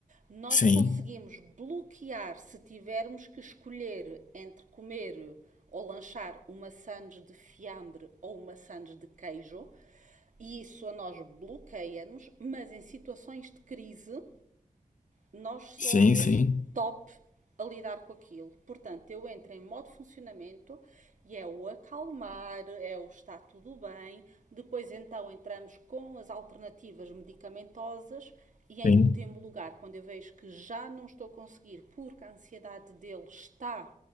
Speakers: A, on the right (about 60°); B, on the left (about 65°).
A: nós
B: sim,
A: conseguimos bloquear se tivermos que escolher entre comer ou lanchar uma sandes de fiambre ou uma sandes de queijo, e isso a nós bloqueia-nos, mas em situações de crise nós somos
B: sim, sim,
A: top a lidar com aquilo. Portanto, eu entro em modo funcionamento e é o acalmar, é o está tudo bem. Depois, então, entramos com as alternativas medicamentosas. E em
B: sim.
A: último lugar, quando eu vejo que já não estou a conseguir porque a ansiedade dele está